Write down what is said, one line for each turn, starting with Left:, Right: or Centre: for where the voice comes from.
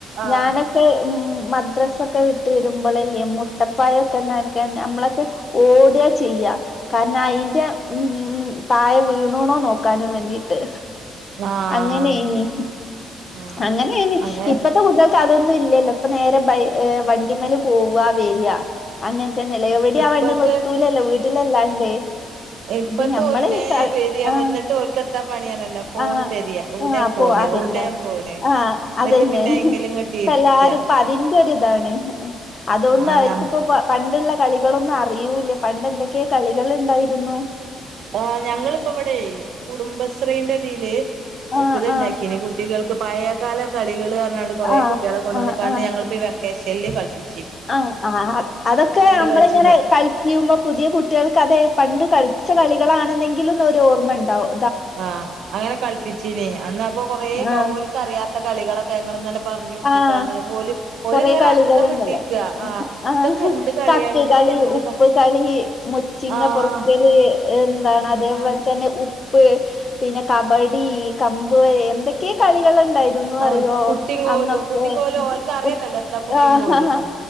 Right: ആഹ്
Left: ഞാനെക് ക്കേ ഉം മദ്രസൊക്കെ വിട്ട് വെരുമ്പളേ മു മുട്ടപ്പഴൊക്കെ <unintelligible> നമ്മളൊക്കെ ഓടാ ചെയ്യാ കാരണം അയിന്റെ ഉം ഉം തായെ വീണൂണോ നോക്കാനും വേണ്ടീട്ട്
Right: ആഹ്
Left: അങ്ങനെയേനി
Right: ആഹ്
Left: അങ്ങനെയേനി
Right: അങ്ങനെ
Left: ഇപ്പത് ഇപ്പത്തെ കുട്ട്യേൾക്ക് അതൊന്നും ഇല്ലല്ലോ ഇപ്പൊ നേരെ ബൈ ഏഹ് വണ്ടിമ്മെല് പോവാ വെരാ അങ്ങൻത്തെന്നെയല്ലേ എവിടേം
Right: ഇപ്പത്തെ
Left: ആ വണ്ടി നിർത്തൂലല്ലോ വീട്ടിലല്ലാണ്ട്
Right: ഇപ്പത്തെ
Left: ഇത് ഞമ്മള്
Right: ഓല് വേം
Left: ക
Right: വെരാ
Left: ആഹ്
Right: വന്നിട്ട് ഓൽക്കെന്താ പണി <unintelligible> ഫോണ്
Left: ആഹ്
Right: തെരയ എവിടെ
Left: ആഹ് അപ്പൊ
Right: ഫോണ്
Left: അതന്നെ
Right: എവിടെ ഫോണ്
Left: ആഹ്
Right: എന്നിട്ട്
Left: അതെന്നെയാണ്
Right: പിന്നെ അയിമേലിങ്ങട്ട്
Left: ഇപ്പൊ
Right: ഇരിക്കുക
Left: എല്ലാരും ഇപ്പ അതിന്റെ ഒരു ഇതാണ് ആഹ് അതുകൊണ്ട്
Right: ആഹ്
Left: അവര്ക്കിപ്പം
Right: നം
Left: ഇപ്പം പണ്ടുള്ള കളികളൊന്നും അറിയൂല്ലാ പണ്ട് എന്തെക്കെയെ കളികൾ ഇണ്ടായിരുന്നു
Right: ആഹ് ഞങ്ങളിപ്പം ഇവടേ കുടുംബശ്രീന്റെ ഇതില്
Left: ആഹ്
Right: ഇപ് ഇത് ഇണ്ടാക്കീന്
Left: ആഹ്
Right: കുട് കുട്ടികൾക്ക് പഴയകാല കളികള് പറഞ്ഞാണ്ട് കൊറെ
Left: ആഹ്
Right: കുട്ടികളെ കൊണ്ടന്ന്ക്കാണ്ട്
Left: ആഹ് ആഹ്
Right: ഞങ്ങളിപ്പോ ഈ വെക്കേഷനില് കളിപ്പി
Left: ആഹ് ആഹ് അത് അതൊക്കെ നമ്മളിങ്ങനെ
Right: കളിച്ചീന്
Left: കളി ചെയ്യുമ്പോ പുതിയ കുട്ടികൾക്ക് അത് പണ്ട് കളിച്ച കളികളാണ്ന്നെങ്കിലുന്നൊരു ഓർമ്മ ഇണ്ടാവും
Right: ആഹ് അങ്ങനെ കളിപ്പിച്ചീനി അന്ന് അപ്പ കൊറേ കൊ
Left: ആഹ്
Right: ഓല്ക്ക് അറിയാത്ത കളികളൊക്കെ ഞങ്ങള് ഇങ്ങനെ പറഞ്ഞു കൊടുത്ത്ക്കാണ്ട്
Left: ആഹ്
Right: ഓല് ഓല്
Left: കൊറെ
Right: ഇങ്ങനെ
Left: കളികളുണ്ടല്ലോ
Right: അന്തം വിട്ടിരിക്കാ ആഹ്
Left: ആഹ്
Right: ഇതൊക്കെ എന്ത് കളിയാണ്
Left: കക്ക്
Right: ഇതൊക്കെ
Left: കളി
Right: എന്ത്
Left: ഉപ്പ്
Right: ക
Left: കളി മുച്ചിങ്ങ
Right: ആഹ്
Left: പെറ്ക്കല് എന്താണ്
Right: ഉം
Left: അതേപോലെ
Right: ഉം
Left: തന്നെ ഉപ് ഉപ്പ് പിന്നെ കബഡി കമ്പ് എന്തെക്കെയെ കളികള്ണ്ടായിരുന്നു
Right: ആഹ്
Left: അറിയോ
Right: കുട്ടീം കോലും
Left: അന്നൊക്കെ
Right: കുട്ടീം കോലും ഓൽക്ക് അറിയന്നല്ല
Left: കുട്
Right: എത്താ കുട്ടീം
Left: ആഹ്
Right: കോലുംന്ന്